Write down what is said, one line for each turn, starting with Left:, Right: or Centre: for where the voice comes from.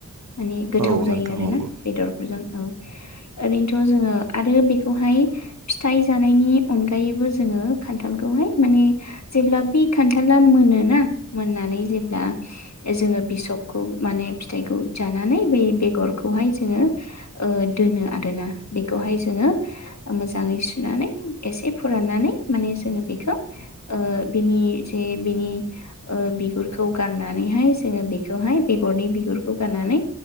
Left: माने गोथाव
Right: औ
Left: जायो
Right: नोंथां
Left: आरोना
Right: नंगौ
Left: बेदर फोरजों औ ओरैनोथ' जोङो आरो बेखौहाय फिथाइ जानायनि अनगायैबो जोङो खान्थालखौहाय माने जेब्ला बे खान्थाला मोनोना मोननानै जेब्ला जोङो बिसकखौ माने फिथाइखौ जानानै बे बेगरखौहाय जोङो ओ दोनो आरोना बेखौहाय जोङो ओ मोजाङै सुनानै एसे फोराननानै माने जोङो बेखौ ओ बिनि जे बिनि ओ बिगुरखौ गारनानैहाय जोङो बेखौहाय बेगरनि बिगुरखौ गारनानै